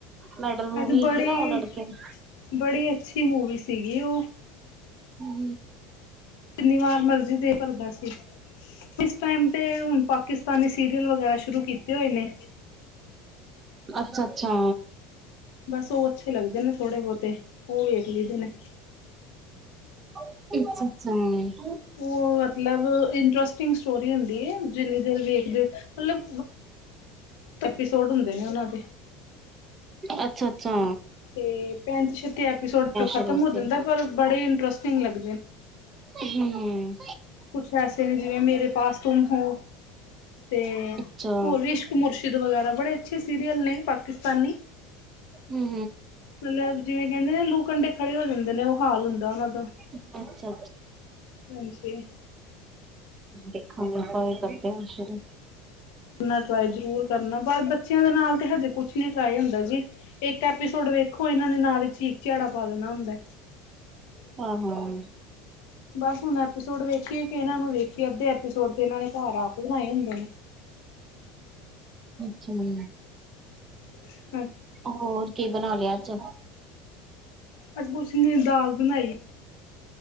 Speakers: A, on the right; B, on the left.
A: ਮੈਡਲ ਮੂਵੀ
B: ਮੈਂ
A: ਹੈਗੀ
B: ਬੜੀ
A: ਨਾ ਉਹ ਲੜਕੇ ਦੀ
B: ਬੜੀ ਅੱਛੀ ਮੂਵੀ ਸੀਗੀ ਓ
A: ਹੂੰ,
B: ਜਿੰਨੀ ਵਾਰ ਮਰਜੀ ਦਿਲ ਭਰਦਾ ਸੀ ਇਸ ਟਾਈਮ ਤੇ ਹੁਣ ਪਾਕਿਸਤਾਨੀ ਸੀਰੀਅਲ ਵਗੈਰਾ ਸ਼ੁਰੂ ਕੀਤੇ ਹੋਏ ਨੇ।
A: ਅੱਛਾ-ਅੱਛਾ,
B: ਬਸ ਉਹ ਅੱਛੇ ਲੱਗਦੇ ਨੇ ਥੋੜੇ ਬਹੁਤੇ ਉਹ ਵੇਖ ਲਈ ਦੇ ਨੇ।
A: ਅੱਛਾ-ਅੱਛਾ,
B: ਉਹ ਮਤਲਬ ਇੰਟਰਸਟ ਇੰਟਰਸਟਿੰਗ ਸਟੋਰੀ ਹੁੰਦੀ ਆ, ਜਿੰਨੀ ਦੇਰ ਵੇਖਦੇ ਮਤਲਬ ਐਪੀਸੋਡ ਹੁੰਦੇ ਨੇ ਉਹਨਾਂ ਦੇ।
A: ਅੱਛਾ-ਅੱਛਾ,
B: ਤੇ ਪੈਂਤੀ ਛੱਤੀ ਐਪੀਸੋਡ ਖਤਮ
A: ਸ਼ੁਰੂ ਅਸੀਂ
B: ਹੋ ਜਾਂਦਾ ਪਰ ਬੜੇ ਇੰਟਰਸਟਿੰਗ ਲੱਗ
A: ਹੂੰ-ਹੂੰ,
B: ਕੁਛ ਐਸੇ ਨੇ ਜਿਵੇਂ ਮੇਰੇ ਪਾਸ ਤੁਮ ਹੋ ਤੇ
A: ਅੱਛਾ
B: ਹੋਰ ਇਸ਼ਕ ਮੁਰਸ਼ਿਦ ਵਗੈਰਾ ਬੜੇ ਅੱਛੇ ਸੀਰੀਅਲ ਨੇ ਪਾਕਿਸਤਾਨੀ।
A: ਹਮ
B: ਮਤਲਬ ਜਿਵੇਂ ਕਹਿੰਦੇ ਨੇ ਲੂ ਕੰਢੇ ਖੜੇ ਹੋ ਜਾਂਦੇ ਨੇ ਉਹ ਹਾਲ ਹੁੰਦਾ ਉਹਨਾਂ ਦਾ
A: ਹਮ ਅੱਛਾ
B: ਹਾਂਜੀ,
A: ਦੇਖਾ ਮੈਂ ਤਾਂ ਕਰਦੇ ਹੋਏ ਸ਼ੁਰੂ
B: ਆਪਣਾ ਟਰਾਈ ਜ਼ਰੂਰ ਕਰਨਾ ਬਸ ਬੱਚਿਆਂ ਦੇ ਨਾਲ ਤੇ ਹਜੇ ਕੁਛ ਨੀ ਟਰਾਈ ਹੁੰਦਾ ਜੀ ਇੱਕ ਐਪੀਸੋਡ ਵੇਖੋ ਇਹਨਾਂ ਨੇ ਨਾਲ ਹੀ ਝੀਕ ਝਿਆੜਾ ਪਾ ਦੇਣਾ ਹੁੰਦਾ।
A: ਹਾਂ-ਹਾਂ,
B: ਬਸ ਹੁਣ ਐਪੀਸੋਡ ਵੇਖੀਏ ਕਿ ਇਹਨਾਂ ਨੂੰ ਵੇਖੀਏ ਅੱਧੇ ਐਪੀਸੋਡ ਤੇ ਇਹਨਾਂ ਨੇ ਘਰ ਆਪ ਬਣਾਏ ਹੁੰਦੇ ਨੇ।
A: ਜੀ।
B: <unintelligible>
A: ਹੋਰ ਕੀ ਬਣਾ ਲਿਆ ਅੱਜ।
B: ਅੱਜ ਕੁਛ ਨੀ ਦਾਲ ਬਣਾਈ।